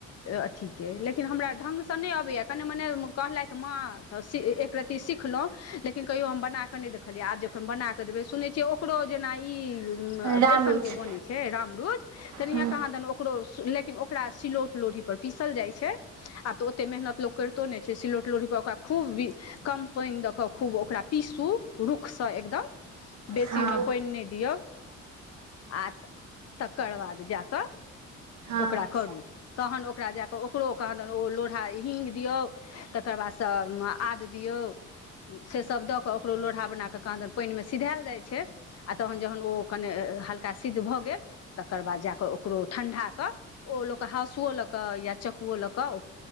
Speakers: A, on the left; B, on the right.
A: अथिके लेकिन हमरा ढंगसे नहि अबैये। कनी मनी कहलथि माँ तऽ एकरति सिखलहुँ, लेकिन कहियो हम बना कऽ नहि देखलियै आब जखन बना क देबै, सुनै छियै ओकरो जेना ई
B: रामरुच
A: बेसनके बनै छै रामरुच, तहिना
B: हँ
A: कहाँदन ओकरो लेकिन ओकरा सिलौट लोढ़ी पर पीसल जाइ छै, आब तऽ ओते मेहनत लोक करितो नहि छै, सिलौट लोढ़ी पर ओकरा खूब कम पानि दऽ कऽ खूब ओकरा पीसू, रुखसँ एकदम बेसी
B: हँ
A: ओहिमे पानि नहि दियौ आ तकर बाद जाकऽ
B: अहाँके
A: ओकरा करू, तखन ओकरा जा कऽ ओकरो कहां ओ लोढ़ा ही्ंग दियौ तकर बादसँ आद दियौ से सभ दऽ कऽ ओकरो लोढ़ा बना कऽ कहांदन पानिमे सिझायल जाइ छैय आ तखन जखन ओ कने हल्का सिद्ध भऽ गेल तकर बाद जा कऽ ओकरो ठंडाके ओ लोक हाँसुओ लऽ कऽ या चकुओ लऽ कऽ ओ